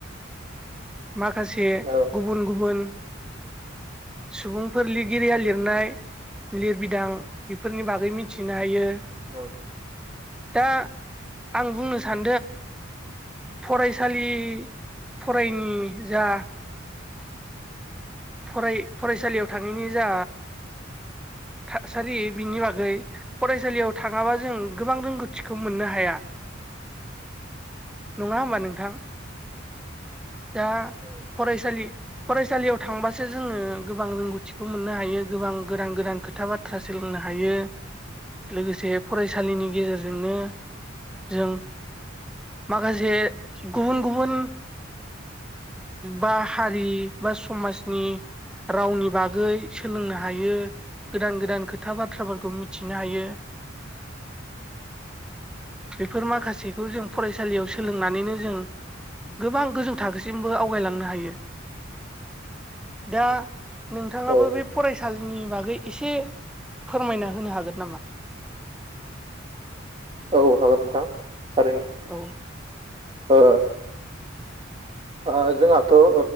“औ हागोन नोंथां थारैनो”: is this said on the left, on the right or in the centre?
Right